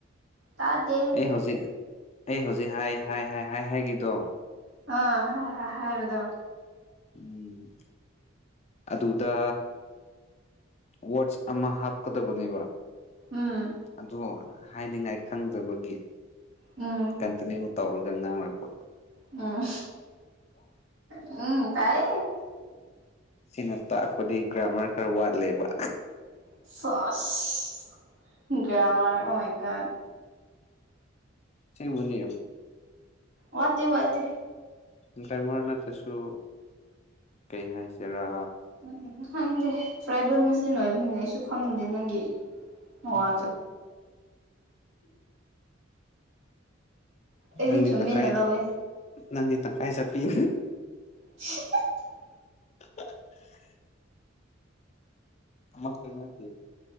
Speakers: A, on the right; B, on the left.
A: ꯇꯥꯗꯦ
B: ꯑꯩ ꯍꯧꯖꯤꯛ ꯑꯩ ꯍꯧꯖꯤꯛ ꯍꯥꯏ ꯍꯥꯏ ꯍꯥꯏ ꯍꯥꯏ ꯍꯥꯏꯈꯤꯗꯣ
A: ꯑ ꯍꯥꯏꯕꯗꯣ
B: ꯎꯝ ꯑꯗꯨꯗ ꯋꯥꯆ ꯑꯃ ꯍꯥꯞꯀꯗꯕꯅꯦꯕ
A: ꯎꯝ
B: ꯑꯗꯣ ꯍꯥꯏꯅꯤꯡꯉꯥꯏ ꯈꯪꯗꯕꯒꯤ
A: ꯎꯝ
B: ꯀꯟꯇꯤꯅ꯭ꯌꯨ ꯇꯧꯔꯒ ꯉꯥꯡꯔꯛꯄ
A: ꯎꯝ ꯎꯝ ꯇꯥꯏ
B: ꯁꯤꯅ ꯇꯥꯛꯄꯗꯤ ꯒ꯭ꯔꯥꯃꯔ ꯈꯔ ꯋꯥꯠꯂꯦꯕ
A: ꯐꯥꯁ ꯗ꯭ꯔ ꯑꯃꯔ ꯑꯃꯀ
B: ꯁꯤ ꯃꯅꯤꯌ
A: ꯋꯥꯠꯇ ꯋꯥꯇ
B: ꯗ꯭ꯔꯥꯏꯃꯔ ꯅꯠꯇ꯭ꯔꯁꯨ ꯀꯩ ꯍꯥꯏꯁꯤꯔꯥ
A: ꯎꯝ ꯈꯪꯗꯦ ꯇ꯭ꯔꯥꯏꯕꯦꯜ ꯃꯆꯦꯜ ꯑꯣꯏꯕꯅꯤꯅ ꯑꯩꯁꯨ ꯈꯪꯗꯦ ꯅꯪꯒꯤ
B: ꯆꯦ
A: ꯋꯥꯗꯣ ꯑꯩꯗꯤ
B: ꯅꯪꯗꯤ
A: ꯆꯨꯝꯃꯤꯅ
B: ꯇꯪꯈꯥꯏ
A: ꯂꯧꯋꯦ
B: ꯅꯪꯗꯤ ꯇꯪꯈꯥꯏ ꯆꯞꯄꯤꯤ
A: <inaudible>
B: <inaudible> ꯃꯁ ꯀ ꯅꯠꯇ